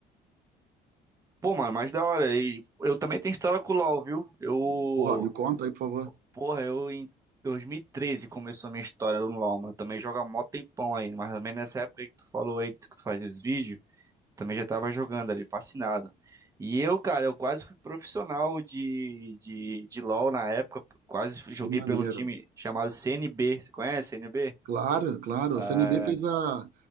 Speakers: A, on the right; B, on the right.
A: Pô, mano, mas da hora. E eu também tenho história com o LoL, viu? Eu.
B: Porra, me conta aí, por favor.
A: Porra, eu em 2013 começou a minha história no LoL, mano. Também joga mó tempão aí. Mas também nessa época aí que tu falou aí que tu fazia os vídeos, também já tava jogando ali, fascinado. E eu, cara, eu quase fui profissional de, de, de LoL na época. Quase fui- joguei
B: Que maneiro.
A: pelo time chamado CNB. Você conhece CNB?
B: Claro, claro.
A: Ah,
B: O CNB fez a,